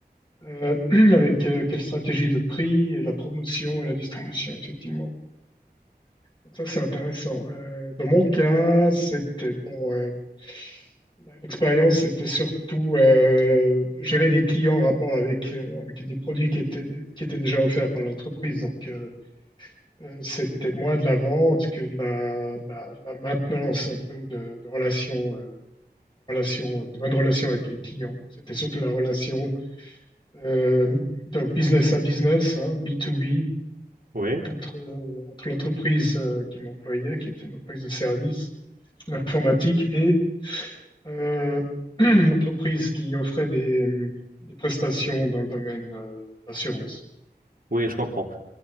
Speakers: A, on the left; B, on the right.
A: euh, <clears throat> avec euh, quelle stratégie de prix, et la promotion et la distribution, effectivement. Donc Ça, c'est intéressant. Euh, dans mon cas, c'était bon, euh, Ben, L'expérience, c'était surtout euh, gérer des clients en rapport avec, euh, avec des produits qui étaient, qui étaient déjà offerts par l'entreprise. Donc, euh, euh, c'était moins de la vente que de la, de la- de la maintenance un peu de, de relations, euh, relations, de bonnes relations avec les clients. Donc, c'était surtout la relation euh, de business à business, hein, B2B,
B: Oui.
A: entre, entre l'entreprise euh, qui m'employait, qui était une entreprise de service, l'informatique, et Euh, <clears throat> entreprise qui offrait des, des prestations dans le domaine de l'assurance.
B: Oui, je comprends.